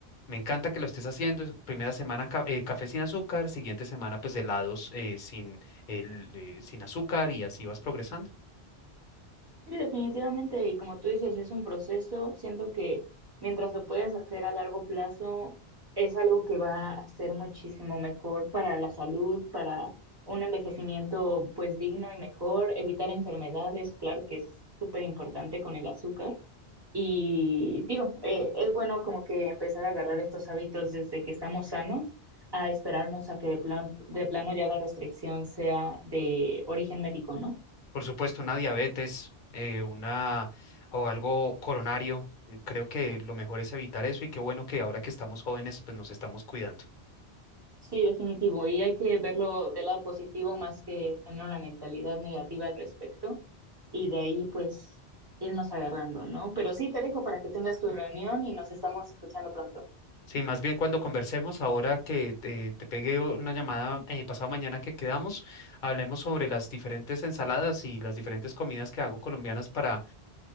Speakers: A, on the left (about 55°); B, on the right (about 25°).
A: Me encanta que lo estés haciendo. es Primera semana ca- eh, café sin azúcar, siguiente semana pues helados eh, sin, el, eh, sin azúcar y así vas progresando.
B: Sí, definitivamente, y como tú dices, es un proceso. Siento que mientras lo puedas hacer a largo plazo, es algo que va a ser muchísimo mejor para la salud, para un envejecimiento pues digno y mejor, evitar enfermedades, claro que es súper importante con el azúcar. Y digo, eh, es bueno como que empezar a agarrar estos hábitos desde que estamos sanos, a esperarnos a que de plan- de plano ya la restricción sea de origen médico, ¿no?
A: Por supuesto, una diabetes, eh, una o algo coronario. eh, Creo que lo mejor es evitar eso y qué bueno que ahora que estamos jóvenes pues nos estamos cuidando.
B: Sí, definitivo. Y hay que verlo del lado positivo más que tener una mentalidad negativa al respecto. Y de ahí, pues, irnos agarrando, ¿no? Pero sí, te dejo para que tengas tu reunión y nos estamos escuchando pronto.
A: Sí, más bien cuando conversemos, ahora que eh, te pegué una llamada eh, pasado mañana que quedamos, hablemos sobre las diferentes ensaladas y las diferentes comidas que hago colombianas para